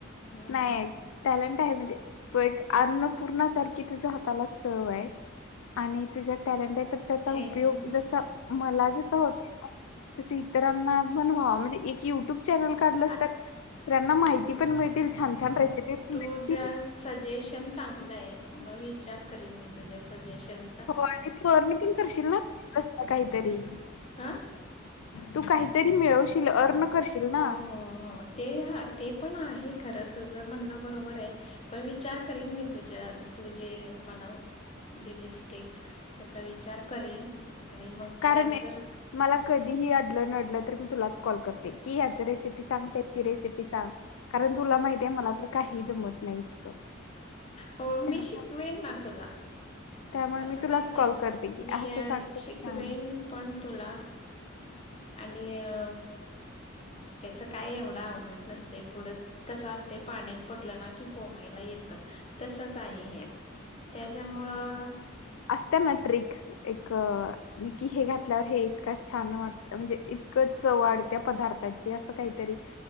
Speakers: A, on the left; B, on the left.
A: हम्म
B: नाही. टॅलेंट आहे, म्हणजे तू एक, अन्नपूर्णा सारखी, तुझ्या हाताला, चव ये. आणि तुझ्यात टॅलेंट ये, तर त्याचा
A: थँक्यू
B: उपयोग जसा, मला जसा होत तस इतरांना पण व्हा, म्हणजे एक युट्युब चॅनल काढलस
A: हा
B: तर त्यांना माहिती, पण मिळतील, छान-छान रेसिपी
A: तुझं
B: मिळतील
A: सजेशन चांगलं ये, म मी विचार करीन, मी तुझ्या सजेशन
B: हो आणि तू अर्न पण करशील ना, <inaudible> काही तरी?
A: अं?
B: तू काहीतरी मिळवशील, अर्न करशील ना
A: हो हो हो, ते हा, ते पण आहे, खरं तुझं म्हणणं, बरोबर ये. पण विचार करीन, मी तुझ्या, तु जे मला दिलीस, ट्रिक त्याचा विचार करीन, आणि मग
B: कारण एक,
A: जर
B: मला कधीही अडलं-नडलं तर, मी तुलाच कॉल करते, की ह्याच रेसिपी सांग, त्या ची रेसिपी सांग, कारण तुला माहिती ये, मला तर काही जमत नाही, इतकं.
A: हो,
B: त्या
A: मी शिकवीन ना, तुला.
B: त्यामुळे
A: असं
B: मी तुलाच
A: काही नाही,
B: कॉल करते की
A: मी
B: असं
A: य
B: सांग तसं
A: शिकवेन
B: सांग
A: पण तुला, आणि अ त्याचं काय, एवढं अवघड नसते, पुढं कसं असते, पाण्यात, पडलं ना की, पोहायला येतं. तसच आहे हे, त्याच्यामुळं
B: असताना ट्रिक, एक की हे घातल्यावर, हे इतकच छान वाटत, म्हणजे इतकं चव वाढत्या पदार्थाची, असं काहीतरी